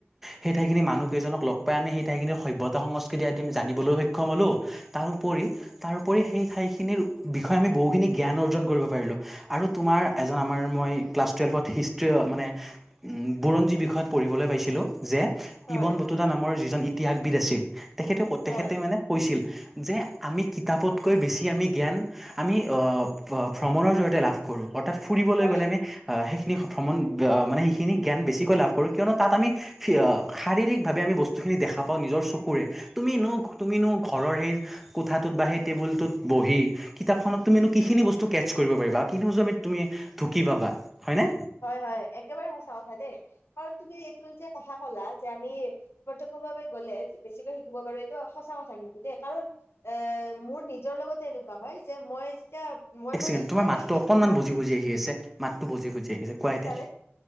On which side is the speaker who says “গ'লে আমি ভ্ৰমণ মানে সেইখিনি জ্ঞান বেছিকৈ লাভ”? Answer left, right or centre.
Centre